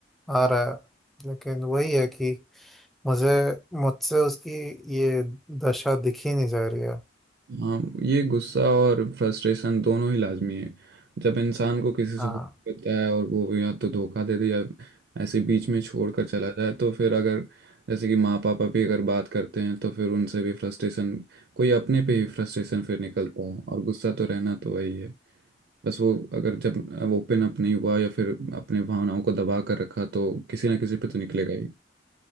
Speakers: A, in the centre; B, on the right.
A: आ रहा है लेकिन वही है कि मुझे मुझसे उसकी ये दशा दिख ही नहीं जा रही है
B: हाँ, ये गुस्सा और फ्रस्ट्रेशन दोनों ही लाजमी है जब इंसान को किसी
A: हाँ
B: से हो रहता है और वो या तो धोखा दे दे या ऐसे बीच में छोड़ कर चला जाए तो फिर अगर जैसे कि माँ पापा भी अगर बात करते हैं तो फिर उनसे भी फ्रस्ट्रेशन कोई अपने पे ही फ्रस्ट्रेशन फिर निकलता है और गुस्सा तो रहना तो वही है बस वो अगर जब ओपन अप नहीं हुआ या फिर अपने भावनाओं को दबा कर रखा तो किसी ना किसी पे तो निकलेगा ही